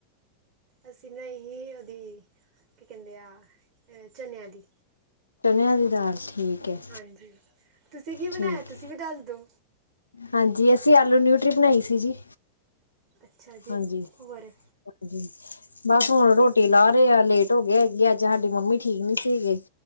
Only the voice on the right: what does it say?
ਅਸੀਂ ਨਹੀਂ ਸੀ ਉਹਦੀ ਕੀ ਕਹਿੰਦੇ ਆ ਚਨਿਆਂ ਦੀ।
ਹਾਂਜੀ ਤੁਸੀਂ ਕੀ ਬਣਾਇਆ
ਤੁਸੀਂ ਵੀ ਡਲਦੋ।
ਅੱਛਾ ਜੀ
ਖੂ ਬਰ।